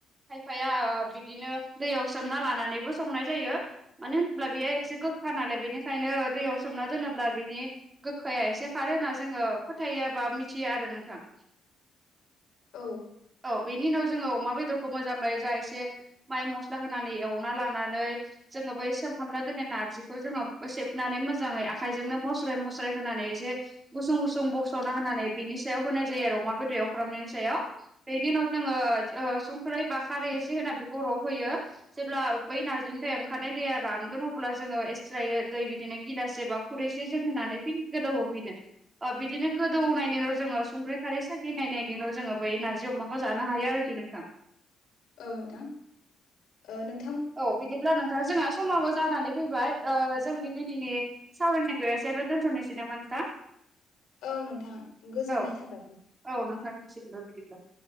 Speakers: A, on the right; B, on the left.
A: खायफाया बिदिनो दैयाव सोमना लानानैबो संनाय जायो मानो होनोब्ला बेयो एसे गोखा नालाय बेनिखायनो दैयाव सोमना दोनोब्ला बिनि गोखाया एसे खारो होना जोङो फोथायो बा मिथिया आरो नोंथां
B: औ
A: औ बेनि उनाव जोङो अमा बेदरखौ मोजांयै जा एसे माइ मस्ला होनानै एवना लानानै जोङो बै सोमहाबना दिनै नार्जिखौ जोङो सेबनानै मोजाङै आखायजोंनो मस्राय मस्राय होनानै जे गुसुं -गुसुं बस'ना होनानै बिनि सायाव होनाय जायो आरो अमा बेदै एवफ्रामनायनि सायाव बेनि उनाव जोङो ओ संख्रै बा खारै एसे होनानै बेखौ रबहैयो जेब्ला बै नारजिनिफ्राय ओंखारनाय दैया रानगोन अब्ला जोङो एसट्रायै दै बिदिनो गिलास एबा खुरैसे जों होनानै फिन गोदौ होफिनो ओ बिदिनो गोदौनायनि उनाव जोङो संख्रि खारै साखिनायनायनिनाव जोङो बै नारजि अमाखौ जानो हायो आरोखि नोंथां
B: औ नोंथां ओ नों
A: औ बिदिब्ला नोंथां जोंहा समाबो जानानै फैबाय ओ जोंनि दिनैनि सावरायनि गयो आरो दोनथनोसै नामा नोंथां
B: औ नोंथां गोजोननाय
A: औ
B: थाबाय
A: औ नोंथांनिसिमबो बिदिब्ला